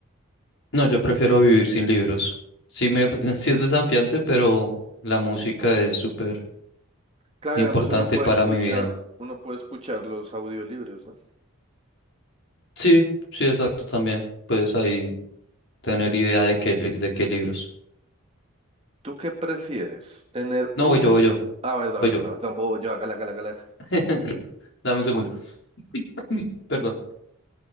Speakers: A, on the left; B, on the right.
A: No, yo prefiero vivir sin libros. Sí, me, <laughs> sí es desafiante, pero la música es súper
B: Claro,
A: importante
B: y además uno puede
A: para
B: escuchar,
A: mi vida.
B: uno puede escuchar los audiolibros, ¿no?
A: Sí, sí, exacto, también. Puedes ahí tener idea de qué, li- de qué libros.
B: ¿Tú qué prefieres? ¿Tener
A: No,
B: un...
A: voy yo, voy yo,
B: Ah, verdad,
A: voy
B: verdad,
A: yo.
B: tampoco yo, hágala, hágala, hágala.
A: <laughs> Dame un segundo. <laughs> Perdón.